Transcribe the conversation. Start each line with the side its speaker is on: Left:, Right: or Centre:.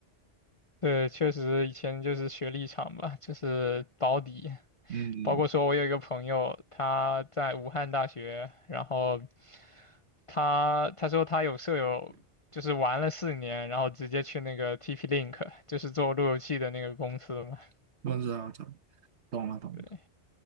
Left: 对，确实以前就是学历场吧，就是保底。
Right: 嗯，
Left: 包括说我有一个朋友，他在武汉大学，然后他他说他有舍友就是玩了四年，然后直接去那个 TP-Link，就是做路由器的那个公司嘛。
Right: 我知道，懂懂了，懂了。
Left: 对，